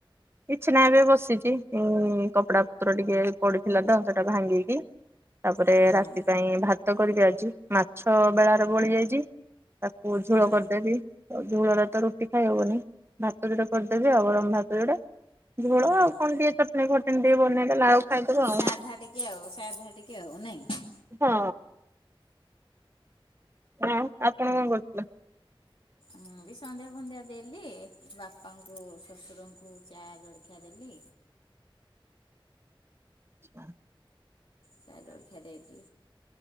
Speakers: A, on the right; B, on the left.
A: କିଛି ନାହିଁ ଏବେ ବସିଚି ଉଁ କପଡା ପତ୍ର ଟିକେ ପଡିଥିଲା ତ ସେଟା ଭାଙ୍ଗିକି ତାପରେ
B: ହଁ
A: ରାତି ପାଇଁ ଭାତ କରିବି ଆଜି, ମାଛ ବେଳାର ବଳି ଯାଇଛି ତାକୁ
B: ହଁ
A: ଝୋଳ କରିଦେବି ଝୋଳରେ ତ ରୁଟି ଖାଇହବନି, ଭାତ ଯୋଡ଼େ କରିଦେବି ଆଉ ଗରମ ଭାତ ଯୋଡ଼େ। ଝୋଳ
B: ହଁ
A: ଆଉ କଣ ଟିକେ ଚଟଣି ଫଟଣି ଟିକେ ବନେଇଦେଲେ ଆଉ ଖାଇଦବା
B: ସାଧା
A: ଆଉ
B: ଟିକେ ଆଉ ସାଧା ଟିକେ ଆଉ ନାଇଁ।
A: ହଁ ହଁ। ଆପଣ କଣ କରୁଥିଲେ?
B: ମୁଁ ବି ସନ୍ଧ୍ୟା ଫନ୍ଧ୍ୟା ଦେଲି, ବାପାଙ୍କୁ ଶ୍ଵଶୁରଙ୍କୁ ଚା ଜଳଖିଆ ଦେଲି
A: ଯିବା।
B: ଚା ଜଳଖିଆ ଦେଇକି